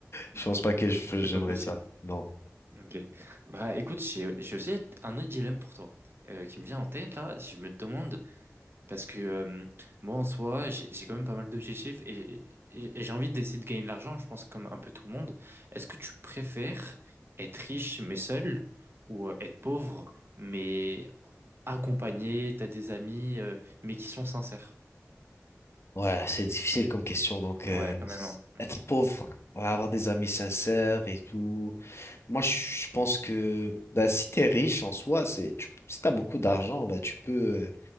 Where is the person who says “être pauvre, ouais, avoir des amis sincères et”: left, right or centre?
Left